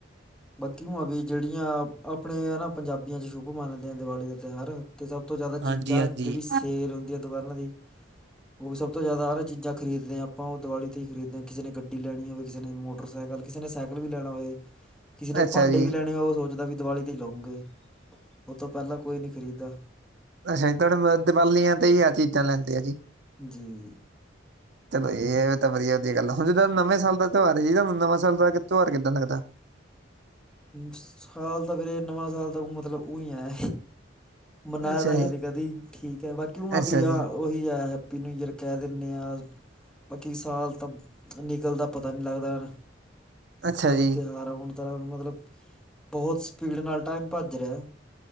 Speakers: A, in the centre; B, on the right.
A: ਬਾਕੀ ਉਂ ਵੀ ਆ ਜਿਹੜੀਆਂ ਆਪਣੇ ਆ ਨਾ ਪੰਜਾਬੀਆਂ'ਚ ਸ਼ੁਭ ਮੰਨਦੇ ਆਂ, ਦੀਵਾਲੀ ਦਾ ਤਿਉਹਾਰ। ਤੇ ਸਭ ਤੋਂ ਜ਼ਿਆਦਾ
B: ਹਾਂਜੀ
A: ਚੀਜ਼ਾਂ
B: ਹਾਂਜੀ।
A: ਜਿਹੜੀ ਸੇਲ ਹੁੰਦੀ ਹੈ, ਦੁਕਾਨਾਂ ਦੀ। ਉਹ ਵੀ ਸਭ ਤੋਂ ਜ਼ਿਆਦਾ ਹਨਾ ਚੀਜ਼ਾਂ ਖਰੀਦਦੇ ਹਾਂ ਆਪਾਂ, ਉਹ ਦਿਵਾਲੀ ਤੇ ਹੀ ਖਰੀਦਦੇ ਹਾਂ, ਕਿਸੇ ਨੇ ਗੱਡੀ ਲੈਣੀ ਹੋਵੇ, ਕਿਸੇ ਨੇ ਮੋਟਰ ਮੋਟਰਸਾਈਕਲ, ਕਿਸੇ ਨੇ ਸਾਈਕਲ ਵੀ ਲੈਣਾ ਹੋਏ। ਕਿਸੇ ਨੇ
B: ਅੱਛਾ
A: ਭਾਂਡੇ
B: ਜੀ,
A: ਵੀ ਲੈਣੇ ਉਹ ਸੋਚਦਾ, ਵੀ ਦਿਵਾਲੀ ਤੇ ਹੀ ਲਉਂਗੇ ਉਹ ਤੋਂ ਪਹਿਲਾਂ ਕੋਈ ਨਹੀਂ ਖਰੀਦਦਾ।
B: ਅਛਾ ਜੀ, ਤੁਹਾਡਾ ਮਤਲਬ, ਦੀਵਾਲੀਆਂ ਤੇ ਹੀ ਆਹ ਚੀਜ਼ਾਂ ਲੈਂਦੇ ਆ ਜੀ।
A: ਜੀ- ਜੀ।
B: <inaudible> ਚਲੋ, ਇਹ ਐ ਵੀ ਤਾਂ ਵਧੀਆ ਦੀ ਗੱਲ ਆ, ਹੁਣ ਜਿੱਦਾਂ ਨਵੇਂ ਸਾਲ ਦਾ ਤਉਹਾਰ ਜੀਦਾ, ਨੂੰ ਨਵਾਂ ਸਾਲ ਦਾ ਤਉਹਾਰ ਕਿੱਦਾਂ ਦਾ ਲੱਗਦਾ?
A: ਸਾਲ ਤਾਂ ਵੀਰੇ, ਨਵਾਂ ਸਾਲ ਤਾਂ ਉਂ ਮਤਲਬ ਉਂਈ ਹੈ ਮਨਾਇਆ
B: ਅੱਛਾ
A: ਤਾਂ ਹੈ
B: ਜੀ,
A: ਨਹੀਂ ਕਦੀ, ਠੀਕ ਹੈ, ਬਾਕੀ ਉਂ ਆਂ
B: ਅੱਛਾ
A: ਵੀ, ਆ
B: ਜੀ,
A: ਓਹੀ ਹੈ। ਵੀ, ਨਿਊ ਈਅਰ ਕਹਿ ਦਿੰਨੇ ਆਂ। ਬਾਕੀ ਸਾਲ ਤਾਂ, ਨਿਕਲਦਾ ਪਤਾ ਨਹੀਂ ਲੱਗਦਾ।
B: ਅੱਛਾ
A: ਚਾਹੇ
B: ਜੀ,
A: ਤਿਉਹਾਰ ਆ, ਹੁਣ ਤਾ ਮਤਲਬ ਬਹੁਤ ਸਪੀਡ ਨਾਲ ਟਾਈਮ ਭੱਜ ਰਿਹਾ